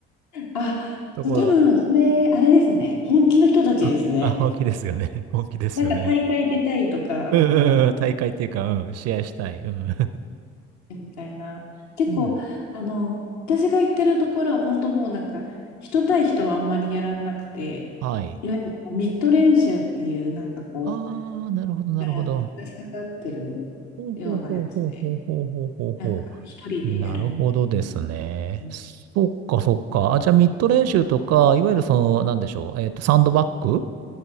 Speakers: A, on the left; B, on the right.
A: あ、
B: ところがある。
A: そう多分、それ、あれですね。本気の人たちですね。
B: あ、あ、本気ですよね。<laughs> 本気ですよね。
A: なんか大会出たいとか、
B: うんうんうん、大会っていうか、うん、試合したい。うん。
A: みたいな。結構、
B: うん。
A: あの、私が行ってるところは、本当もうなんか、人対人はあんまりやらなくて、
B: はい。
A: いわゆるこうミッド練習っていう、なんかこう、
B: あー、なるほど、なるほど。
A: からのぶら下がってるようなやつで、
B: ほうほうほうほうほうほうほうほうほ
A: なんか、一人でやるみたいな。
B: う。なるほどですね。
A: うん
B: そっか、そっか。あ、じゃあ、ミッド練習とか、いわゆるその、なんでしょう。えっと、サンドバッグ